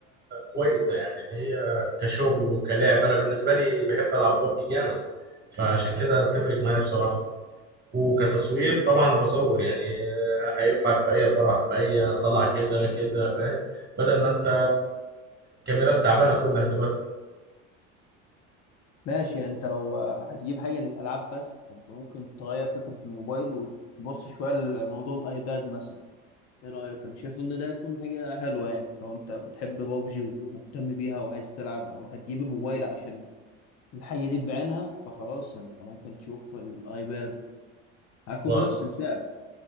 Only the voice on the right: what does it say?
كويسه يعني اللي هي كشغل وكلاعب انا بالنسبه لي بحب العب ببجي جامد فعشان كده بتفرق معايا بصراحه وكتصوير طبعا بصور يعني آه، هينفعك في اي فرح في اي طلعه كده كده فاهم بدل ما انت كاميرات تعبانه كلها دلوقتي
وفي